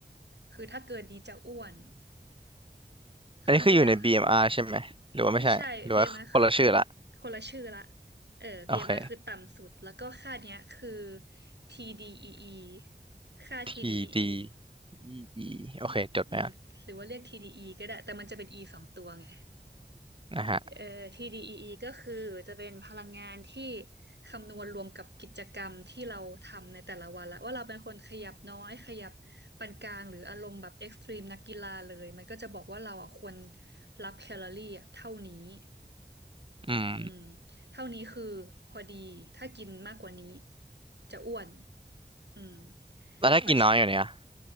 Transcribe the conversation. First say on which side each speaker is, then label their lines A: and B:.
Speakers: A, on the right; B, on the right.
A: คือถ้าเกินนี้จะอ้วน เขาเรียก
B: อันนี้คืออยู่ใน BMR ใช่ไหมหรือว่าไม่ใช่หรือว่าคนละชื่อละ
A: ไม่ใช่ BMR คือคือคนละชื่อละเออ
B: โอเค
A: BMR คือต่ำสุดแล้วก็ค่าเนี้ยคือ TDEE ค่า
B: TD
A: TDEE ออี
B: EE โอเคจดไว้อ่ะ
A: อืมหรือว่าเรียก TDE ก็ได้แต่มันจะเป็น E สองตัวไง
B: นนะฮะ
A: เอ่อ TDEE ก็คือจะเป็นพลังงานที่คำนวณรวมกับกิจกรรมที่เราทำในแต่ละวันละว่าเราเป็นคนขยับน้อยขยับปานกลางหรืออารมณ์แบบเอ็กซ์ตรีมนักกีฬาเลยมันก็จะบอกว่าเราอ่ะควรรับแคลอรี่อ่ะเท่านี้
B: อืม
A: อืมเท่านี้คือพอดีถ้ากินมากกว่านี้จะอ้วนอืม
B: แล้วถ้ากินน้อยอยู่เนี่ย
A: เพราะ